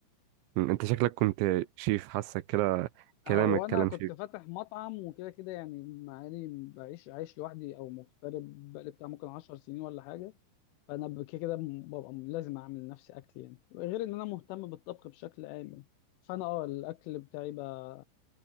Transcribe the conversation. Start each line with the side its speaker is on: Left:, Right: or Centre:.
Right: مم. انت شكلك كنت شيف حاسك كده
Left: هو
Right: كلامك
Left: انا
Right: كلام
Left: كنت
Right: شيف
Left: فاتح مطعم وكده كده يعني مع اني بعيش عايش لوحدي او مغترب بقالي بتاع ممكن 10 سنين ولا حاجه فانا ب- كده كده م- ببقى م- لازم اعمل لنفسي اكل يعني غير ان انا مهتم بالطبخ بشكل عام يعني فانا اه الاكل بتاعي بقى